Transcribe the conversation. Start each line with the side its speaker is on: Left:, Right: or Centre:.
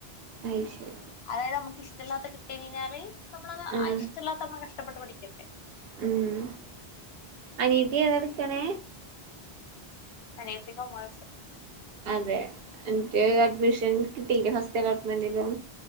Right: അയ് ശരി
Left: അതായത് നമുക്ക് ഇഷ്ടല്ലാത്ത കിട്ടി കഴിഞ്ഞാല് നമ്മളത്
Right: ആഹ്
Left: ആ ഇഷ്ടല്ലാത്ത നമ്മള് കഷ്ടപ്പെട്ട് പഠിക്കണ്ടേ
Right: ഉം അനിയത്തി ഏതാ ഇട്ക്ക്‌ണേ
Left: അനിയത്തി കോമേഴ്‌സ്
Right: അതെ അൻക് അഡ്മിഷൻ കിട്ടീല്ലേ ഫസ്റ്റ് അലോട്ട്മെന്റിലും